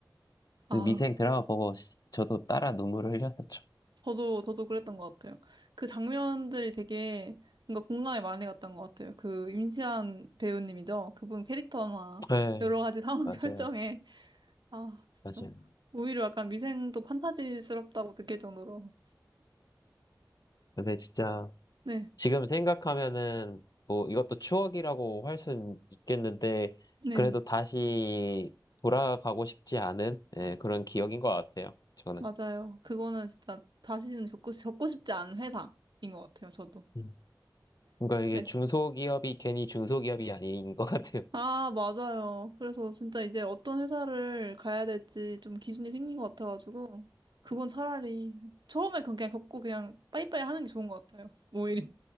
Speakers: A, on the right; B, on the left.
A: 아,
B: 그 미생 드라마 보고 저도 따라 눈물을 흘렸었죠.
A: 저도, 저도 그랬던 것 같아요. 그 장면들이 되게 뭔가 공감이 많이 갔던 것 같아요. 그 임시완 배우님이죠. 그분 캐릭터나
B: 네
A: 여러 가지 상황
B: 맞아요,
A: <laughs> 설정에. 아, 진짜.
B: 맞아요.
A: 오히려 약간 미생도 판타지스럽다고 느낄 정도로.
B: 근데 진짜
A: 네,
B: 지금 생각하면은 뭐 이것도 추억이라고 할 수는 있겠는데
A: 네.
B: 그래도 다시 돌아가고 싶지 않은 예, 그런 기억인 것 같아요. 저는.
A: 맞아요. 그거는 진짜 다시는 겪고, 겪고 싶지 않은 회사인 것 같아요, 저도.
B: 음. 그러니까 이게
A: 네.
B: 중소기업이 괜히 중소기업이 아닌 것 같아요.
A: 아, 맞아요. 그래서 진짜 이제 어떤 회사를 가야 될지 좀 기준이 생긴 것 같아가지고, 그건 차라리 처음에 그건 그냥 겪고 그냥 빠이빠이 하는 게 좋은 것 같아요. 오히려.